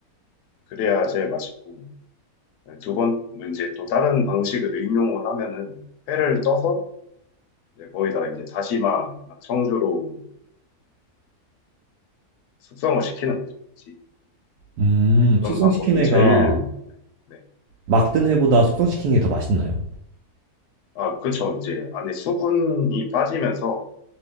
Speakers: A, on the left; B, on the right.
A: 그래야 제일 맛있고 네, 두 번, 뭐 이제 또 다른 방식을 응용을 하면은 회를 떠서 이제 거기다가 이제 다시마나 청주로 숙성을 시키는 거죠. 같이.
B: 음,
A: 이제 그런
B: 숙성시킨
A: 방법이
B: 회가
A: 제일, 네. 네.
B: 막든 회보다 숙성시킨 게 더 맛있나요?
A: 아, 그쵸. 이제 안에 수분이 빠지면서